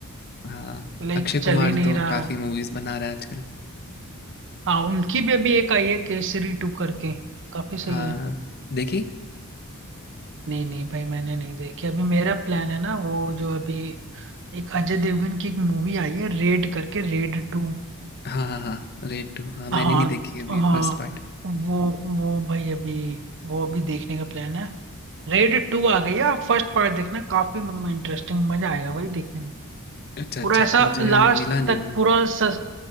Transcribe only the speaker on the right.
लाइक
चल
ही नहीं
रहा
है
हाँ उनकी भी अभी एक आई है केसरी टू करके काफी सही
है
नहीं नहीं भाई मैंने नहीं देखी अभी मेरा प्लान है ना वो जो अभी एक अजय देवगन की एक मूवी आई है रेड करके रेड टू
हाँ
हाँ
वो वो भाई अभी वो अभी देखने का प्लान है रेड टू आ गई है आप फर्स्ट पार्ट देखना काफी मतलब इंटरेस्टिंग मजा आएगा भाई देखने में
पूरा ऐसा
लास्ट
तक
पूरा सस,